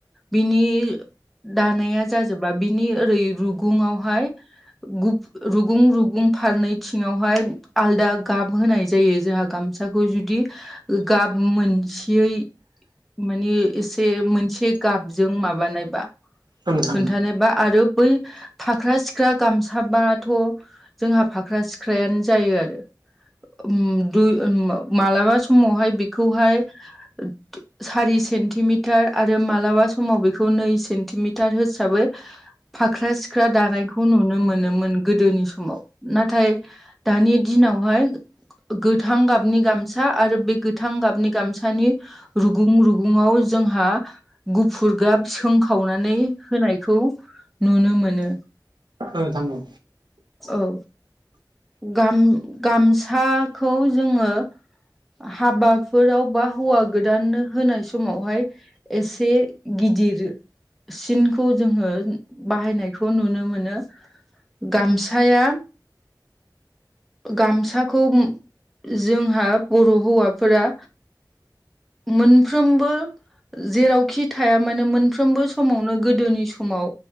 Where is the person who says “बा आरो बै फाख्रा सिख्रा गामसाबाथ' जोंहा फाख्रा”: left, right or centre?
Centre